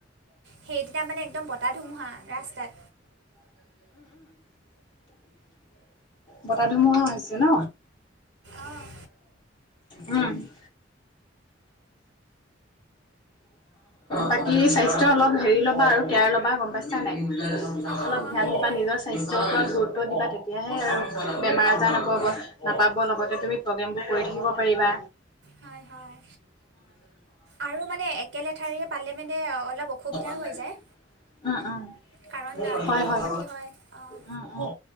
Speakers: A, on the right; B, on the left.
A: সেইদিনা মানে একদম বতাহ ধুমুহা ৰাস্তাত
B: বতাহ ধুমুহা হৈছে ন?
A: অঁ
B: উম। <unintelligible> বাকী স্বাস্থ্য অলপ হেৰি ল'বা আৰু কেয়াৰ ল'বা গম পাইচা নাই। অলপ
A: অঁ
B: ধ্যান
A: সেইটোৱে
B: দিবা
A: আৰু
B: নিজৰ স্বাস্থ্যৰ ওপৰত গুৰুত্ব গুৰুত্ব দিবা তেতিয়াহে আৰু বেমাৰ আজাৰ নাপাব, নাপাব লগতে তুমি প্ৰগ্ৰেমবোৰ কৰি থাকিব পাৰিবা।
A: হয় হয় আৰু মানে একেলেঠাৰিয়ে পালে মানে অলপ অসুবিধা
B: <unintelligible>
A: হৈ যায়
B: <unintelligible> উম-উম,
A: কাৰণ আহ, টোপনি
B: হয়-হয়,
A: ক্ষতি হয় অঁ
B: উম-উম।